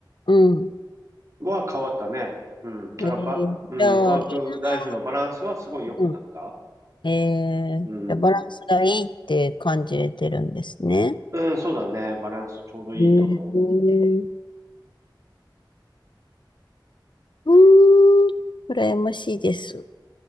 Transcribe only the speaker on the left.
うん。
えー、
じゃあ、
今、うんええーじゃあバランスがいいって感じれてるんですね。
ええー、うーん、羨ましいです。